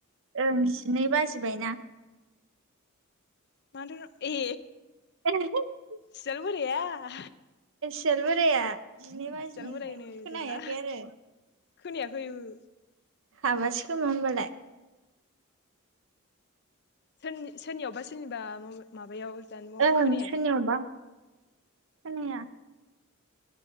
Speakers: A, on the right; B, on the left.
A: ओं जिनै बाजिबायना
B: माने ए
A: <unintelligible>
B: सियाल बोराया
A: सियाल बोराया जिनै बाजिनायखाय
B: सियाल बोराय होनो
A: खोना
B: जोंहा
A: हैयाखै आरो
B: खोनायाखै ओहो
A: हाबासै खौमा होनबालाय
B: सोरनि सोरनियावबा सोरनिबा माबायाव जानबुंआव
A: ओं
B: खोनायाथ'
A: सोनियावबा खोनाया